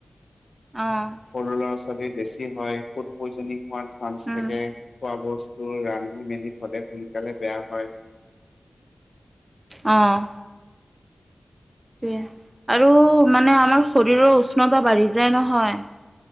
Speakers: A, on the right; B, on the left.
A: অঁ।
B: সৰু ল'ৰা-ছোৱালী বেছি হয় ফুড পইজনিং হোৱাৰ চান্স
A: উম
B: থাকে। খোৱা বস্তু ৰান্ধি মেলি থলে সোনকালে বেয়া হয়।
A: অঁ। বে আৰু মানে আমাৰ শৰীৰৰ উষ্ণতা বাঢ়ি যায় নহয়।